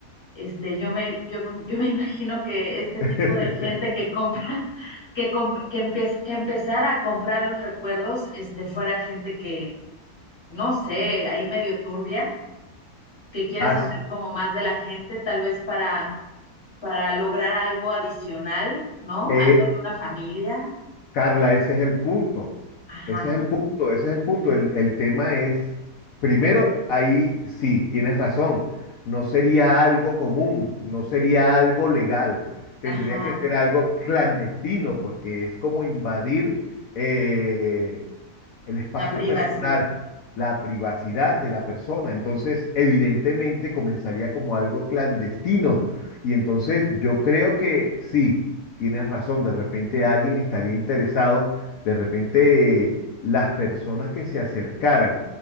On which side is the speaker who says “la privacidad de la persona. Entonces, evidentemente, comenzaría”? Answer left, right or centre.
Left